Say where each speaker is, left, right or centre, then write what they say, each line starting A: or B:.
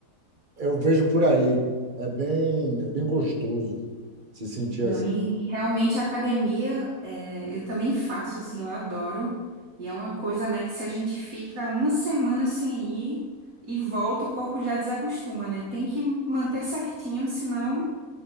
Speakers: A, on the right (about 35°); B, on the right (about 65°).
A: Eu vejo por aí. É bem, é bem gostoso se sentir.
B: Não,
A: as-
B: e e realmente a academia, é, eu também faço, assim, eu adoro. E é uma coisa, né, que se a gente fica uma semana sem ir e volta, o corpo já desacostuma, né? Tem que manter certinho, senão